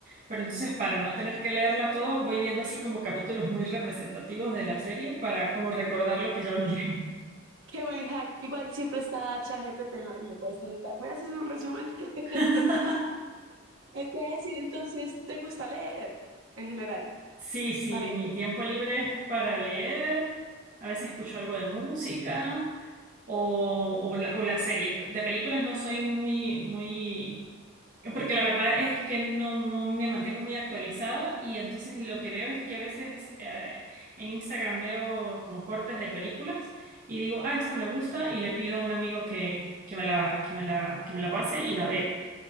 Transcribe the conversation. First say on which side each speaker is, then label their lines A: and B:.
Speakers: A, on the right (about 35°); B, on the right (about 70°).
A: pero entonces para no tener que leerla todo, voy viendo así como capítulos muy representativos de la serie para como recordar lo que ya olvidé.
B: Qué buen hack. Igual siempre está ChatGPT ¿no? y le puedes preguntar. ¿Me haces un resumen? <laughs>
A: <laughs>
B: Eh, Te voy a decir, entonces, ¿te gusta leer en general?
A: Sí, sí,
B: Parece.
A: mi tiempo libre es para leer, a veces escucho algo de música o, o, la- o las series. De películas no soy muy, muy Porque la verdad es que no, no me mantengo muy actualizada y entonces lo que veo es que a veces eh, en Instagram veo como cortes de películas y digo, ah, esta me gusta y le pido a un amigo que, que me la, que me la, que me la pase y la veo.